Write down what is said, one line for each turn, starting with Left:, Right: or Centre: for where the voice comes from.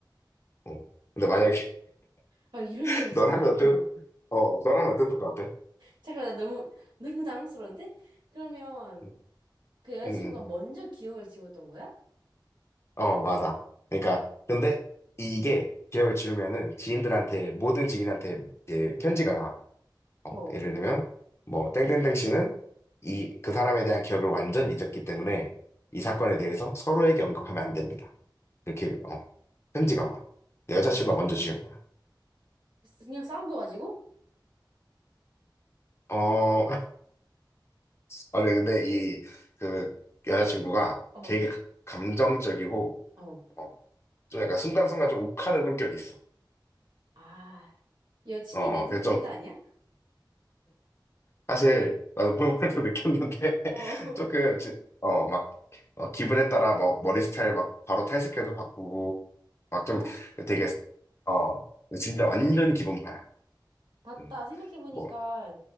Left: 어. 근데 만약에
Right: 아, 이런
Left: <laughs>
Right: 내용이 있었나?
Left: 너라면 어땠,
Right: 어머.
Left: 어, 너라면 어땠을 것 같아?
Right: 잠깐, 나 너무, 너무 당황스러운데? 그러면,
Left: 응,
Right: 그 여자친구가
Left: 응, 응.
Right: 먼저 기억을 지웠던 거야?
Left: 어, 맞아. 그러니까 근데 이게 기억을 지우면은 지인들한테 모든 지인한테 이제 편지가 가. 어,
Right: 어,
Left: 예를 들면 뭐 땡땡땡 씨는 이 그 사람에 대한 기억을 완전히 잊었기 때문에 이 사건에 대해서 서로에게 언급하면 안 됩니다. 이렇게 어, 편지가 와.
Right: 어,
Left: 여자친구가 먼저 지운 거야.
Right: 그냥 싸운 거 가지고?
Left: 어, 아, 네, 근데 이, 그, 여자친구가
Right: 어,
Left: 되게 가- 감정적이고,
Right: 어.
Left: 어, 좀 약간 순간순간 좀 욱하는 성격이 있어.
Right: 아, 여친이
Left: 어,
Right: 레드
Left: 그래서
Right: 플래그
Left: 좀,
Right: 아니야?
Left: 사실, 나도 보면서 <laughs> 느꼈는데,
Right: 어.
Left: <laughs>
Right: <laughs>
Left: 조금, 지- 어, 막, 어, 기분에 따라 막 머리 스타일 막 바로 탈색해도 바꾸고, 막 좀
Right: 아,
Left: 되게, 어, 진짜 완전 기분파야.
Right: 맞다.
Left: 음,
Right: 생각해보니까
Left: 뭐,